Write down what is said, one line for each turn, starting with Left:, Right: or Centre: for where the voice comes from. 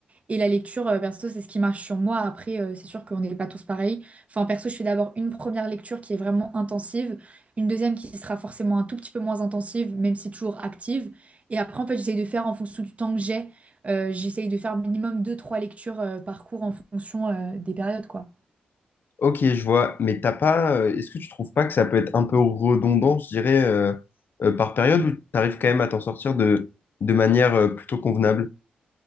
Right: Et la lecture, euh, perso, c'est ce qui marche sur moi. Après, euh, c'est sûr qu'on n'est pas tous pareils. Enfin, perso, je fais d'abord une première lecture qui est vraiment intensive, une deuxième qui sera forcément un tout petit peu moins intensive, même si toujours active. Et après, en fait, j'essaye de faire en fonction du temps que j'ai. Euh, j'essaye de faire minimum deux trois lectures euh, par cours en fonction euh, des périodes, quoi.
Left: Ok, je vois, mais t'as pas, euh, est-ce que tu trouves pas que ça peut être un peu redondant, je dirais, euh, euh, par période, ou t'arrives quand même à t'en sortir de, de manière euh, plutôt convenable?